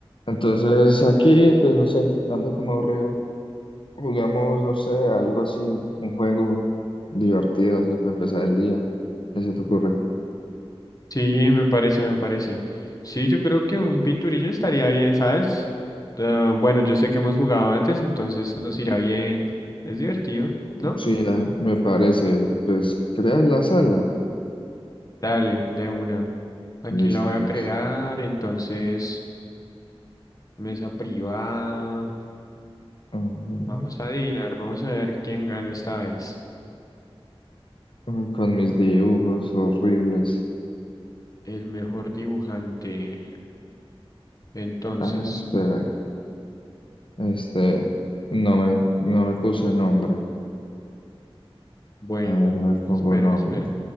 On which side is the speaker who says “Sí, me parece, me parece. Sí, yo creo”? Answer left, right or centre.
Left